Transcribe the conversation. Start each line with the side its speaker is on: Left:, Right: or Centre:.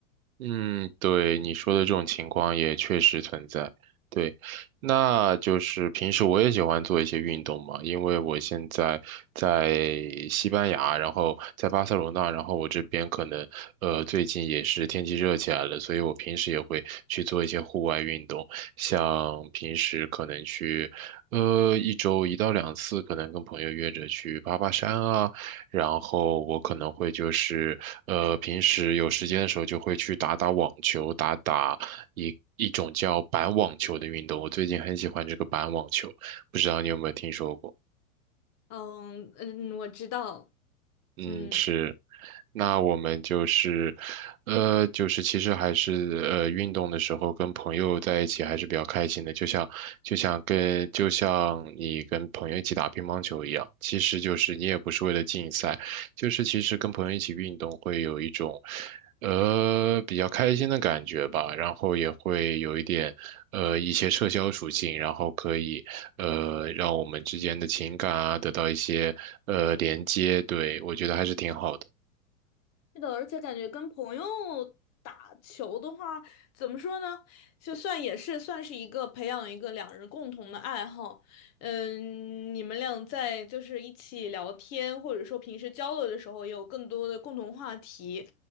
Right: 嗯，对，你说的这种情况也确实存在。对，那就是平时我也喜欢做一些运动嘛，因为我现在在西班牙，然后在巴塞罗那，然后我这边可能呃最近也是天气热起来了，所以我平时也会去做一些户外运动，像平时可能去呃一周一到两次，可能跟朋友约着去爬爬山啊。然后我可能会就是，呃，平时有时间的时候就会去打打网球，打打一一种叫板网球的运动。我最近很喜欢这个板网球，不知道你有没有听说过？
Left: 嗯嗯，我知道，
Right: 嗯，
Left: 嗯，
Right: 是那我们就是，呃，就是其实还是呃，运动的时候跟朋友在一起还是比较开心的，就像就像跟就像你跟朋友一起打乒乓球一样，其实就是你也不是为了竞赛，就是其实跟朋友一起运动会有一种，呃，比较开心的感觉吧，然后也会有一点呃一些社交属性，然后可以呃让我们之间的情感啊得到一些呃连接，对，我觉得还是挺好的。
Left: 是的，而且感觉跟朋友打球的话，怎么说呢？就算也是算是一个培养一个两人共同的爱好，嗯，你们俩在就是一起聊天，或者说平时交流的时候，也有更多的共同话题，